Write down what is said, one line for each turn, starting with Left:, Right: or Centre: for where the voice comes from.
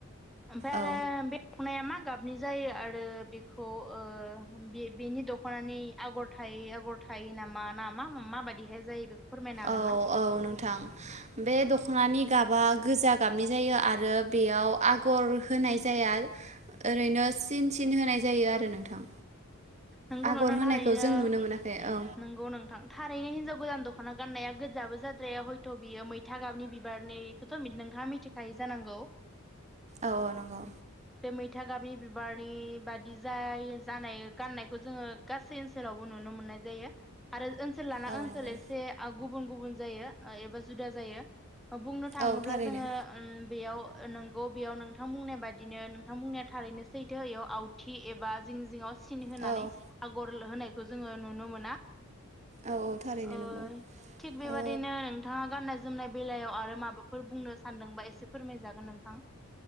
Centre: ओमफ्राय
Right: औ
Centre: आरो बे दख'नाया मा गाबनि जायो आरो बेखौ ओ बे-बेनि दख'नानि आगर थायै आगर थायो नामा ना मा माबायदिहाय जायो बेखौ फोरमायनो हागोन
Right: औ
Centre: ना
Right: औ नोंथां बे दख'नानि गाबा गोजा गाबनि जायो आरो बेयाव आगर होनाय जाया ओरैनो सिन सिन होनाय जायो आरो नोंथां।
Centre: नोंगौ
Right: आगर
Centre: नोंथां
Right: होनायखौ
Centre: थारैनो
Right: जों नुनो मोनाखै औ
Centre: नोंगौ नोंथां थारैनो हिनजाव गोदान दख'ना गाननाया गोजाबो जाद्राया हयथ' बियो मैथा गाबनि बिबारनिखौथ' नोंथाङा मिथिखायो जानांगौ।
Right: औ नंगौ
Centre: बे मैथा गाबनि बिबारनि बादि जायो जानाय गाननाय खौ जोङो गासै ओनसोलावबो नुनो मोननाय जायो। आरो ओ नसोल लाना
Right: औ
Centre: ओनसोल
Right: नंगौ
Centre: एसे ओ गुबुन गुबुन जायो एबा जुदा जायो। बुंनो थाङोब्ला
Right: औ थारैनो।
Centre: जोङो ओम बेयाव नंगौ बेयाव नोंथां बुंनाय बादिनो नोंथां बुंनाया थारैनो सैथो इयाव आवथि एबा जिं जिङाव सिन होनानै
Right: औ
Centre: आगर लोहोनायखौ जोङो नुनो मोना,
Right: औ थारैनो
Centre: ओ
Right: नंगौ
Centre: थिग बे
Right: ओ
Centre: बादिनो नोंथाङा गाननाय जोमनाय बेलायाव, आरो माबाफोर बुंनो सानदोंबा एसे फोरमायजागोन नोंथां,